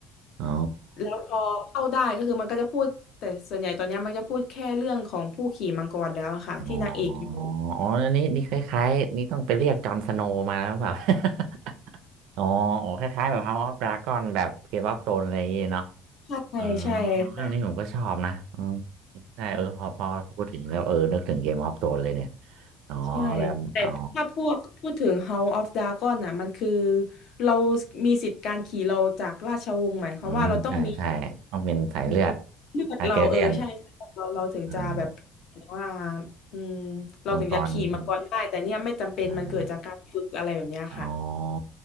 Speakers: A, on the right (about 70°); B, on the left (about 50°).
A: อ๋อ
B: แล้วพอเข้าได้ก็คือมันก็จะพูดแต่ส่วนใหญ่ตอนเนี้ยมันจะพูดแค่เรื่องของผู้ขี่มังกรแล้วอะค่ะที่นางเอกอยู่
A: อ๋ออ๋ออันนี้นี่คล้ายๆนี่ต้องไปเรียกจอห์นสโนว์มาแล้วแบบ <laughs> อ๋อโอ๋คล้ายๆแบบ House of Dragon แบบเกมออฟโธรนอะไรอย่างงี้เนาะ
B: ใช่ใช่ค่ะ
A: อ๋อเรื่องนี้ผมก็ชอบนะอืมใช่เออพอพอพูดถึงแล้วเออนึกถึงเกมออฟโธรนเลยเนี่ยอ๋อแบบอ๋อ
B: ใช่แต่ถ้าพวกพูดถึง House of Dragon น่ะมันคือเรามีสิทธิ์การขี่เราจากราชวงศ์หมายความว่าเราต้องมี
A: อืมใช่ใช่ต้องเป็นสายเลือด
B: มีเลือดเราเออใช่ใช่เราเราถึงจะแบบหมายถึงว่า
A: อาร์แกเรียนอ่า
B: อืมเราถึงจะขี่มังกรได้แต่เนี่ยไม่จำเป็นมันเกิดจากการฝึกอะไรแบบเนี้ยค่ะ
A: มังกรใช่ไหม อ๋อ